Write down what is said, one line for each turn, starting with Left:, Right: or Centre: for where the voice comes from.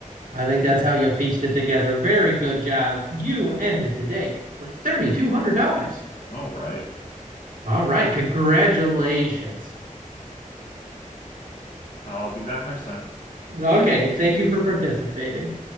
Right: I think that's how you pieced it together. Very good job. You ended today with $3,200.
Left: All right.
Right: All right. Congratulations.
Left: I'll be back next time.
Right: Okay. Thank you for participating.